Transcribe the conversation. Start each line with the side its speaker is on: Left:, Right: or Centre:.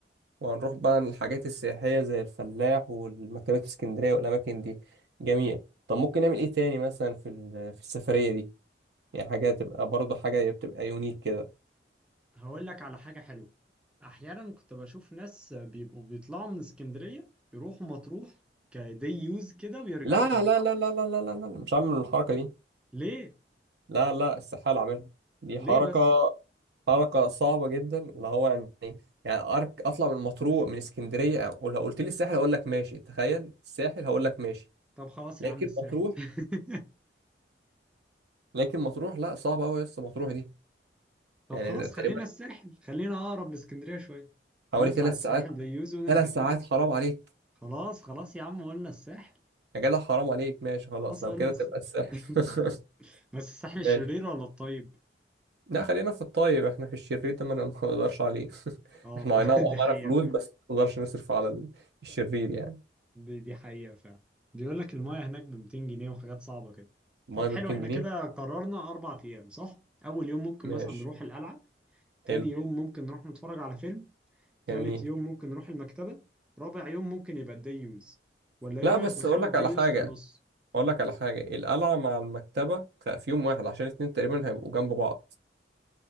Right: وهنروح بقى للحاجات السياحية زي الفلاح والمكتبات الاسكندرية والأماكن دي جميل طب ممكن نعمل إيه تاني مثلا في ال- في السفرية دي يعني حاجة تبقى برضه حاجة بتبقى يونيك كده
Centre: هقول لك على حاجة حلوة احيانا كنت بشوف ناس بيبقوا بيطلعوا من اسكندرية يروحوا مطروح كدي يوز كده ويرجعوا
Right: لا
Centre: تاني
Right: لا لا لا لا لا لا لا مش هعمل الحركة دي
Centre: ليه
Right: لا لا استحالة أعملها دي
Centre: ليه
Right: حركة
Centre: بس
Right: حركة صعبة جدا اللي هو يعني يعني أرك أطلع من مطروح من اسكندرية أو لو قلت لي الساحل أقول لك ماشي تخيل الساحل هقول لك ماشي
Centre: طب خلاص
Right: لكن
Centre: يا عم الساحل
Right: مطروح
Centre: <laughs>
Right: لكن مطروح لا صعبة أوي يا اسطى مطروح دي
Centre: طب
Right: يعني
Centre: خلاص
Right: تقريبا
Centre: خلينا الساحل خلينا اقرب لاسكندريه شويه
Right: حوالي
Centre: نطلع
Right: ثلاث
Centre: الساحل
Right: ساعات
Centre: بيوزي ونرجع
Right: ثلاث ساعات حرام عليك
Centre: خلاص خلاص يا عم قلنا الساحل
Right: يا جدع حرام عليك ماشي خلاص
Centre: خلاص
Right: لو
Centre: قلنا
Right: كده
Centre: الساحل
Right: تبقى الساحل
Centre: <laughs>
Right: <laughs>
Centre: بس الساحل الشرير
Right: ماشي
Centre: ولا الطيب
Right: لا خلينا في الطيب احنا في الشرير ده ما <laughs> ما نقدرش عليه <laughs>
Centre: اه
Right: احنا
Centre: ما- <laughs>
Right: اي نعم اه
Centre: دي حقيقه
Right: معانا فلوس
Centre: فعلا
Right: بس ما نقدرش نصرف على ال- الشرير يعني
Centre: دي, دي حقيقه فعلا بيقول لك المايه هناك ب 200 جنيه وحاجات صعبه كده
Right: ميه
Centre: طب حلو
Right: ب 200
Centre: احنا
Right: جنيه
Centre: كده قررنا اربع ايام صح اول يوم ممكن
Right: ماشي
Centre: مثلا نروح القلعه تاني
Right: حلو
Centre: يوم ممكن نروح نتفرج على فيلم تالت
Right: جميل
Centre: يوم ممكن نروح المكتبه رابع يوم ممكن يبقى الديوز ولا ايه
Right: لا
Centre: رايك
Right: بس
Centre: نخلي
Right: اقول لك
Centre: الديوز
Right: على حاجه
Centre: في النص
Right: اقول لك على حاجه القلعه مع المكتبه خ- في يوم واحد عشان الاتنين تقريبا هيبقوا جنب بعض